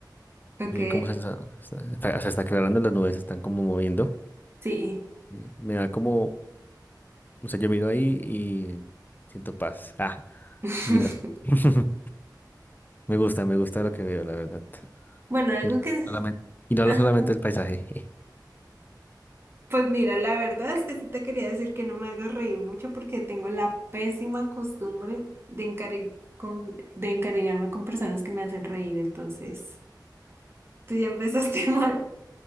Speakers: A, on the right; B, on the left.
A: Ok.
B: Mira cómo se está, está- está- se está aclarando, las nubes se están como moviendo.
A: Sí.
B: Eh, Me da como, o sea, yo miro ahí y siento paz. Ah,
A: <laughs>
B: y no. <laughs> Me gusta, me gusta lo que veo, la verdad.
A: Bueno, algo
B: Y no
A: que...
B: solamente, y no
A: Ajá.
B: lo solamente el paisaje. <laughs>
A: Pues mira, la verdad es que sí te quería decir que no me hagas reír mucho porque tengo la pésima costumbre de encari- con- de encariñarme con personas que me hacen reír, entonces. Tú ya empezaste <laughs> mal.